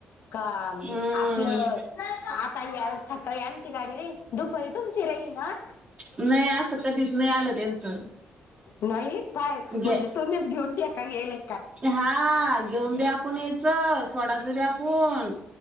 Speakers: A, on the left; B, on the right.
A: काम
B: हम्म
A: आपलं आता या सकाळी आठची गाडी रे. दुपारी तुमची राही ना
B: नाही असं कधीच. नाही आलं त्यांचं
A: नाही काय
B: घे
A: म्हणजे तुम्हीच घेऊन ठेका गेलय.
B: हा घेऊन बी आपण यायचं सोडाचं बी आपूण.